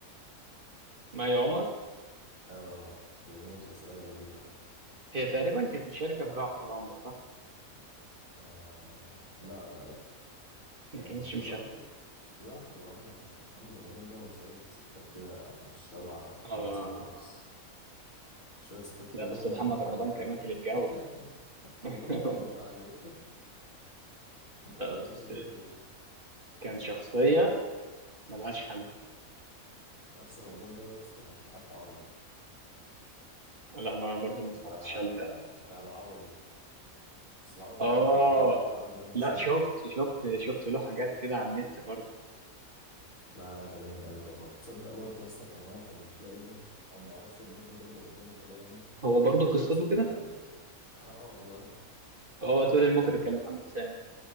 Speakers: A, on the right; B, on the left.
A: مي عمر
B: اه بيعملوا مسلسلات غريبة
A: هي تقريبا كانت مشاركة في جعفر العمدة صح؟
B: آه لا لا لا
A: ما
B: كان
A: كانتش مشاركة
B: في جعفر في جعفر العمدة كان محمد رمضان بقى وشوية ستات كده مش تبع محمد
A: اه
B: سامي خالص
A: آه.
B: شوية ستات كلهم
A: لا بس محمد
B: هيموتوا
A: رمضان
B: عليه فاهم
A: كان واكل الجو
B: <laughs> كلهم
A: <laughs>
B: هيموتوا عليه <laughs> مطلعينه
A: بس
B: هيرو
A: كان شخصية ملهاش حل
B: في نفس رمضان ده يا اسطى كان في حق عرب
A: لا ما برضو ما اتفرجتش
B: بتاع
A: على
B: بتاع العوضي بس العوضي
A: اه
B: حوار خلي بالك العوضي ده مفيش
A: لا
B: منه
A: شفت شفت شفت له حاجات كده على النت برضو
B: لا لا ده جامد قوي ده برضه تصدق برضه يا اسطى كان واحد ومش لاقي ابنه او ما يعرفش ان ابنه ده اللي قدامه طلع ابنه
A: هو برضو قصته
B: نفس الكلام
A: كده
B: <laughs> اه والله
A: هو دول
B: استنى
A: المخرج
B: اقول
A: كان
B: لك
A: محمد
B: اقول
A: سامي
B: لك